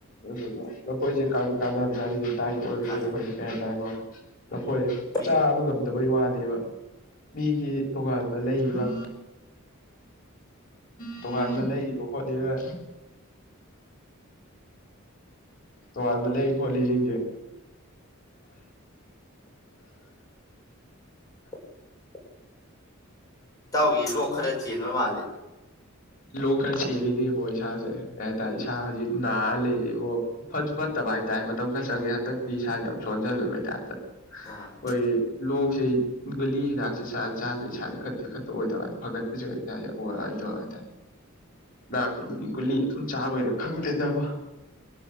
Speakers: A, on the left; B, on the left.
A: ꯂꯦ ꯂꯐꯣꯏꯁꯦ ꯀꯥꯗꯤ ꯀꯥꯅꯕꯅꯦ ꯉꯗꯤ ꯗꯥꯏꯠ ꯑꯣꯏꯕꯒꯤ
B: ꯀꯥꯟꯅꯩ
A: ꯑꯩꯈꯣꯏ ꯀꯩ ꯍꯥꯏꯇꯥꯔꯦꯀꯣ ꯅꯈꯣꯏ
B: ꯃꯤ
A: ꯆꯥꯕ ꯉꯝꯗꯕꯩ ꯋꯥꯅꯦꯕ ꯃꯤꯒꯤ ꯇꯣꯉꯥꯟꯕ ꯂꯩꯔꯤꯕ ꯇꯣꯉꯥꯟꯕ ꯂꯩꯔꯤꯕ ꯈꯣꯠꯂꯤꯕ ꯇꯣꯉꯥꯟꯥꯟꯕ ꯂꯩ ꯈꯣꯠꯂꯤꯁꯤꯡꯁꯦ <inaudible>
B: <inaudible> ꯢꯇꯧꯒꯤ ꯂꯣꯛ ꯈꯔ ꯆꯦꯟꯕ ꯃꯥꯜꯂꯦ
A: ꯂꯣꯛ ꯈꯔ ꯆꯦꯜꯂꯤꯅꯦꯕꯣ ꯏꯁꯥꯁꯦ ꯀꯩ ꯍꯥꯏꯇꯥꯔꯦ ꯏꯁꯥ ꯍꯧꯖꯤꯛ ꯅꯥꯔ ꯂꯩꯌꯦꯕꯣ ꯐꯠꯁꯨ ꯐꯠꯇꯕ ꯚ ꯍꯥꯏ ꯇꯥꯏ ꯃꯇꯝ ꯈꯔ ꯆꯪꯉꯦ ꯍꯟꯗꯛꯇꯤ ꯏꯁꯥ ꯌꯥꯝ ꯁꯣꯟꯖꯜꯂꯕꯇꯥꯥꯏꯇ
B: ꯑ
A: ꯑꯩꯈꯣꯏ ꯂꯣꯛꯁꯤ ꯒꯨꯂꯤ ꯍꯤꯗꯥꯛꯁꯦ ꯆꯥ ꯆꯥꯗ ꯏꯁꯥꯗ ꯈꯠꯇꯤ ꯈꯛꯇ ꯑꯣꯏꯗꯕ ꯍꯥꯏꯗꯤ ꯐꯒꯠꯄꯁꯨ ꯍꯥꯏꯇꯥ ꯍꯥꯏꯗ ꯍꯥꯏ ꯇ ꯂ ꯀꯨꯟꯅꯤ ꯀꯨꯟꯅꯤ ꯑꯗꯨꯝ ꯆꯥꯕꯩꯔ ꯈꯪꯗꯦꯗꯕ